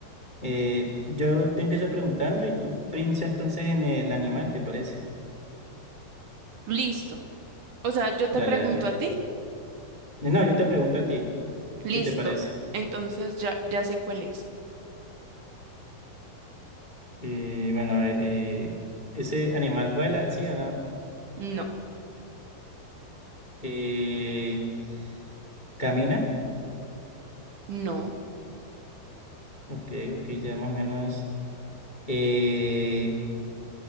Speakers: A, on the left; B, on the right.
A: eh, yo te empiezo preguntando y tú piensa entonces en el animal, ¿te parece?
B: listo. O sea, yo te
A: Dale,
B: pregunto
A: dale.
B: a ti,
A: No, yo te pregunto a ti,
B: listo.
A: si te parece.
B: Entonces ya, ya sé cuál es.
A: Eh, bueno, a ver, eh, ¿ese animal vuela, sí o no?
B: No,
A: Eh, ¿camina?
B: no,
A: Ok, ok, ya más o menos. Eh,